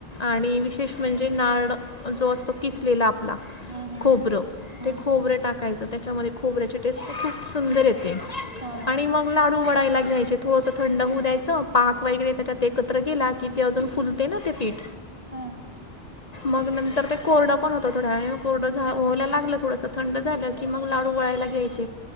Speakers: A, on the left (about 40°); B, on the right (about 35°).
A: आणि विशेष म्हणजे नारळ जो असतो किसलेला आपला
B: हम्म हम्म
A: खोबरं
B: हम्म
A: ते खोबरं टाकायचं त्याच्यामध्ये खोबऱ्याची टेस्ट पण खूप सुंदर येते
B: हा हा
A: आणि मग लाडू वडायला घ्यायचे थोडसं थंड होऊ द्यायचं पाक वगैरे त्याच्यात एकत्र गेला कि ते अजून फुलते ना ते पीठ
B: हा
A: मग नंतर ते कोरडं पण होतं थोड्या वे कोरडं्हायला लागत थ झा लाडूला घयछ